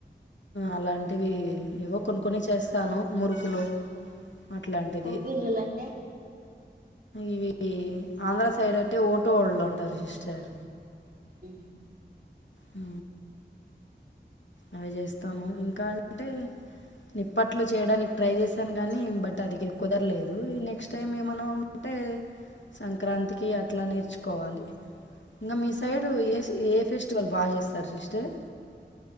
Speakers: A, on the left; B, on the right.
A: అలాంటివి ఏవో కొన్ని కొని చేస్తాను మురుకులు అట్లాంటిది
B: పబ్బిల్లలు అంటే
A: ఇవి ఆంధ్ర సైడ్ అట్టే ఓటో వాళ్ళు అంటారు సిస్టర్
B: అ
A: ఆ అవి చేస్తాము ఇంకా అంటే నిప్పట్లు చేయడానికి ట్రై చేసాను గాని బట్ అది కుదరలేదు నెక్స్ట్ టైమ్ ఏమైనా ఉంటే టె సంక్రాంతికి అట్లా నేర్చుకోవాలి ఇంకా మీ సైడు ఏ ఏ ఫెస్టివల్ బాగా చేస్తారు సిస్టర్